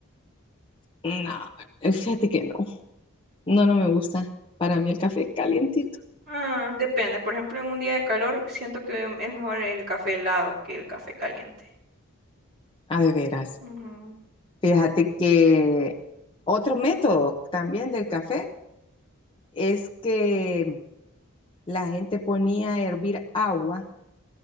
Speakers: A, on the left (about 25°); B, on the right (about 45°).
A: No, fíjate que no, no, no me gusta. Para mí el café es calientito.
B: Ah, depende. Por ejemplo, en un día de calor siento que es mejor el café helado que el café caliente.
A: Ah, de veras.
B: Ujú,
A: Fíjate que otro método también del café es que la gente ponía a hervir agua